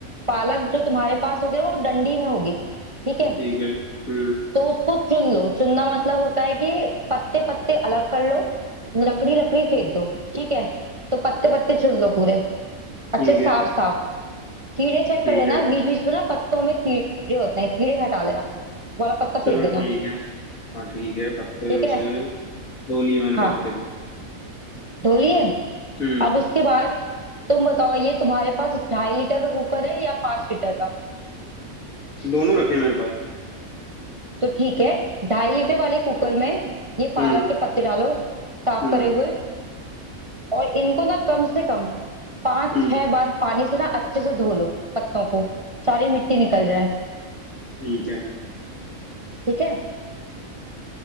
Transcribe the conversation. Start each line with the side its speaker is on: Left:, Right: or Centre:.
Right: पालक जो तुम्हारे पास होगी ना, वो डंडी में होगी ठीक है
Left: ठीक है हम्म
Right: तो उसको चुन लो चुनना मतलब होता है कि पत्ते पत्ते अलग कर लो लकड़ी लकड़ी फेंक दो ठीक है तो पत्ते पत्ते चुन लो पूरे अच्छे
Left: ठीक
Right: साफ
Left: है
Right: साफ कीड़े चेक
Left: ठीक
Right: कर लेना
Left: है
Right: बीच बीच में ना पत्तों में कीड़े होते हैं कीड़े हटा लेना वो वाला पत्ता फेंक
Left: चलो
Right: देना
Left: ठीक है हाँ ठीक है पत्ते
Right: ठीक
Left: में
Right: है
Left: से धो लिए मैंने
Right: हाँ
Left: पत्ते
Right: धो लिए
Left: हम्म
Right: अब उसके बाद तुम बताओ ये तुम्हारे पास ढाई लीटर का कुकर है या पांच लीटर का
Left: दोनों रखे मेरे पास
Right: तो ठीक है ढाई लीटर वाले कुकर में ये पालक
Left: हम्म
Right: के पत्ते डालो साफ
Left: हम्म
Right: करे हुए और इनको ना कम से कम पांच
Left: हम्म
Right: छह बार पानी से ना अच्छे से धो लो पत्तों को सारी मिट्टी निकल जाए
Left: ठीक है
Right: ठीक है